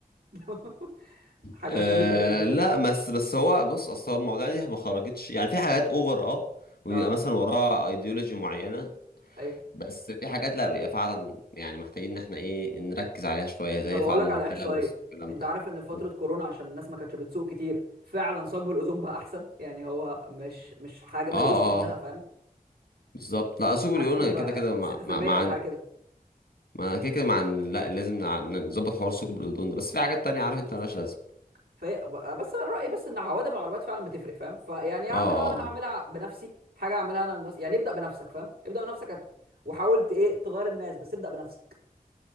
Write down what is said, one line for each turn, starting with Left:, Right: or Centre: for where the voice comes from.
Right: <laughs> حاجه
Left: أه
Right: صديقه للبيئه
Left: لا بس بس هو بص اصل هو المواضيع دي ما خرجتش يعني في حاجات اوفر اه ويبقى
Right: اه
Left: مثلا وراها ايديولوجي معينه
Right: ايوه
Left: بس في حاجات لا بيبقى فعلا يعني محتاجين ان احنا ايه نركز عليها شوية زي
Right: طب اقول
Left: فعلا
Right: لك على
Left: التلوث
Right: احصائيه
Left: والكلام
Right: انت
Left: ده
Right: عارف ان في فتره
Left: اه
Right: كورونا عشان الناس ما كانتش بتسوق كتير فعلا ثقب الاوزون بقى احسن يعني هو مش مش حاجه ميؤوس
Left: اه آه،
Right: منها فاهم
Left: بالظبط لا ثقب
Right: اتحسن
Left: اليون أنا
Right: بقى
Left: كده كده مع
Right: 6%
Left: مع مع
Right: ولا
Left: عن-
Right: حاجه كده
Left: ما أنا كده كده مع إن- لا لازم نع- نظبط حوار ثقب الأوزون ده بس في حاجات تانية عارف انت مالهاش لازمة
Right: فهي بس أنا رايي بس ان عوادم العربيات فعلا بتفرق فاهم فيعني يا
Left: اه
Right: عم
Left: اه
Right: لو انا
Left: آه،
Right: هعملها بنفسي حاجه اعملها انا بنفسي يعني ابدا بنفسك فاهم ابدا بنفسك هت- وحاولت ايه تغير الناس بس ابدا بنفسك